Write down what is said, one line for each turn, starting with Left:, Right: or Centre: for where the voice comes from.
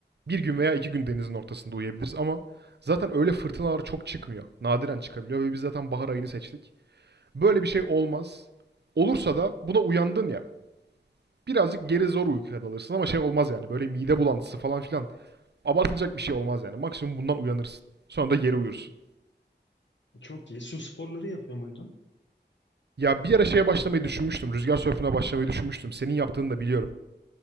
Right: bir gün veya iki gün denizin ortasında uyuyabiliriz ama zaten öyle fırtınalar çok çıkmıyor. Nadiren çıkabiliyor ve biz zaten bahar ayını seçtik. Böyle bir şey olmaz. Olursa da buna uyandın ya. Birazcık geri zor uykuya dalırsın ama şey olmaz yani. Böyle mide bulantısı falan filan. Abartılacak bir şey olmaz yani. Maksimum bundan uyanırsın. Sonra da geri uyursun.
Left: Çok iyi. Su sporları yapıyor muydun?
Right: Ya bir ara şeye başlamayı düşünmüştüm. Rüzgar sörfüne başlamayı düşünmüştüm. Senin yaptığını da biliyorum.